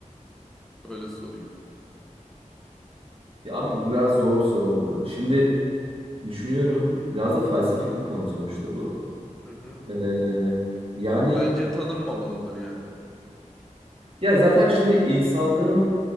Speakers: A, in the centre; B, on the right.
A: Öyle sorayım.
B: ya abi bu biraz zor bir soru oldu. Şimdi Düşünüyorum. Biraz da felsefik bir konu sonuçta bu.
A: Hı hı.
B: Ee, yani
A: Bence tanınmamalıdır yani.
B: ya zaten şimdi insanlığın